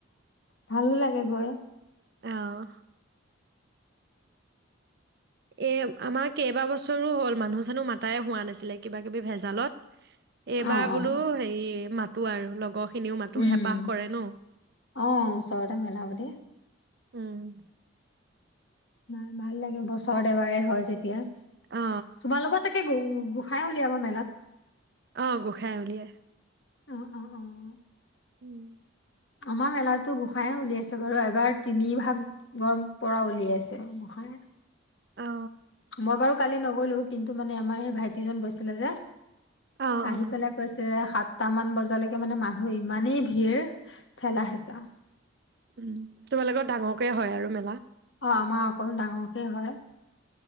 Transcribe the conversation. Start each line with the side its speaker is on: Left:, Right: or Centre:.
Left: ভালো লাগে গৈ।
Right: অহ। এ আমাৰ কেইবা বছৰো হ'ল মানুহ চানুহ মাতাই হোৱা নাছিলে কিবা কিবি ভেজালত এইবাৰ
Left: অ
Right: বোলো
Left: অ
Right: হেৰি মাত তো আৰু লগৰ খিনিও মাতো
Left: উম,
Right: হেঁপাহ কৰে ন
Left: অ', চট মেলাব দ
Right: উম!
Left: নাই ভাল লাগে বছৰত এবাৰে হয় যেতিয়া।
Right: অ
Left: তোমালোক ছাগে গু গোসাই উলিয়াবা মেলাত।
Right: আহ গোঁসাই উলিয়াই।
Left: অ' অ' অ'!
Right: উম!
Left: আমাৰ মেলাতো গোঁসাই উলিয়াইছে বাৰু এবাৰ তিনি ভাগৰ পৰা উলিয়াইছে গোঁসাই।
Right: অ
Left: মই বাৰু কালি নগলো। কিন্তু, মানে আমাৰ সেই ভাইটিজন গৈছিলে যে।
Right: অ
Left: আহি
Right: অ
Left: পেলাই কৈছে, হাত সটামান বজালৈকে মানে মানুহে ইমানেই ভিৰ ঠেলা হেচা
Right: উম, তোমালোকৰ ডাঙৰকে হয় আৰু মেলা।
Left: অ' আমাৰ অকল ডাঙৰকে হয়।